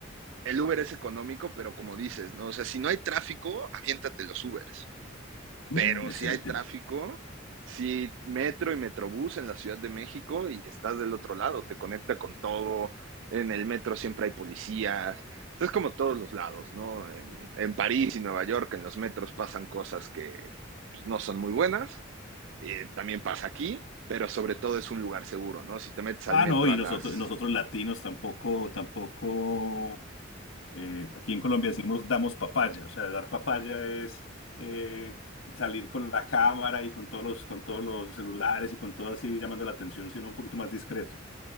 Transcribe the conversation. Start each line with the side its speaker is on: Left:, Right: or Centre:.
Right: el Uber es económico, pero como dices, ¿no? O sea, si no hay tráfico, aviéntate los Ubers.
Left: Mm,
Right: Pero
Left: excelente.
Right: si hay tráfico, si metro y metrobús en la Ciudad de México y estás del otro lado, te conecta con todo. En el metro siempre hay policías. Es como todos los lados, ¿no? En, en París y Nueva York, en los metros pasan cosas que pues, no son muy buenas. Eh, también pasa aquí, pero sobre todo es un lugar seguro, ¿no? Si te metes al
Left: Ah,
Right: metro
Left: no, y
Right: a las
Left: nosotros, nosotros latinos tampoco, tampoco. Eh, aquí en Colombia decimos damos papaya, o sea, dar papaya es eh, salir con la cámara y con todos los, con todos los celulares y con todo así llamando la atención, sino un poquito más discreto.